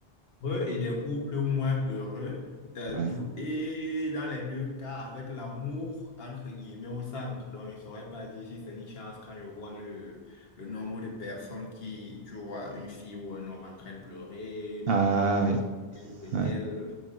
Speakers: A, on the left (about 55°); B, on the right (about 65°).
A: heureux et des couples moins heureux. Euh,
B: Ouais.
A: tout- et dans les deux cas, avec l'amour, entre guillemets, au centre. Donc, je ne saurais pas dire si c'est une chance quand je vois le, le nombre de personnes qui, tu vois, une fille ou un homme en train de pleurer
B: Ah
A: à cause
B: oui,
A: de tel ou de tel.
B: ouais,